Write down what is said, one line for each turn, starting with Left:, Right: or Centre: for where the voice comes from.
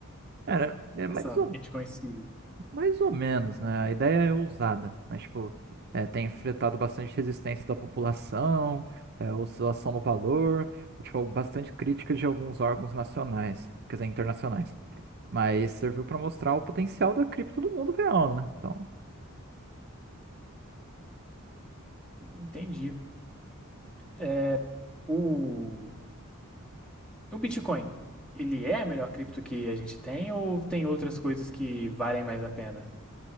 Right: Cara, é mais
Centre: Essa Bitcoin City.
Right: Mais ou menos, né? A ideia é ousada, mas, tipo, é, tem enfrentado bastante resistência da população, é, oscilação no valor, e, tipo, bastante crítica de alguns órgãos nacionais, quer dizer, internacionais. Mas serviu para mostrar o potencial da cripto do mundo real, né? Então,
Centre: Entendi. É, o O Bitcoin, ele é a melhor cripto que a gente tem ou tem outras coisas que valem mais a pena?